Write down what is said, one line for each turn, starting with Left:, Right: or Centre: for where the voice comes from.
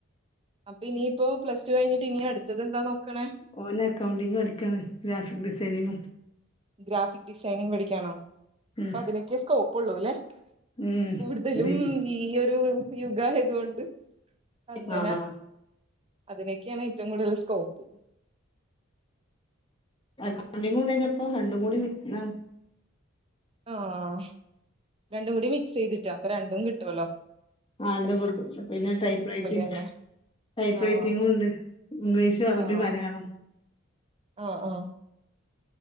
Right: അപ്പൊ ഇനിയിപ്പോ പ്ലസ് ടു കഴിഞ്ഞിട്ട് ഇനി അടുത്തത് എന്താ നോക്കണേ
Left: ഓന് അക്കൗണ്ടിംഗ് പഠിക്കാണ് <unintelligible> ഡിസൈനിങ്ങും
Right: ഗ്രാഫിക് ഡിസൈനിംഗ് പഠിക്ക്യാണോ
Left: ഉം
Right: ഇപ്പതിനൊക്കെ സ്കോപ്പുള്ളൂല്ലേ
Left: ഉം
Right: കൂടുതലും
Left: ഡിഗ്രി
Right: ഈയൊരു യുഗായത് കൊണ്ട് അങ്ങനെ
Left: ആഹ്
Right: അതിനൊക്ക്യാണ് ഏറ്റവും കൂടുതല് സ്കോപ്പ്
Left: ആഹ് ഹണിമൂണ് കഴിഞ്ഞപ്പം രണ്ടും കൂടി വിര്ന്നാണ്.
Right: ആഹ് രണ്ടും കൂടി മിക്സെയ്തിട്ടാ അപ്പൊ രണ്ടും കിട്ടോല്ലോ
Left: ആഹ് <unintelligible> പിന്നെ ടൈപ്രൈറ്റിംഗ്.
Right: തന്നെ
Left: ടൈപ്പ്
Right: ആഹ്
Left: റൈറ്റിങ്ങുണ്ട് ഇംഗ്ലീഷ് അറബി
Right: ആഹ്
Left: മലയാളം
Right: ആഹ് ആഹ്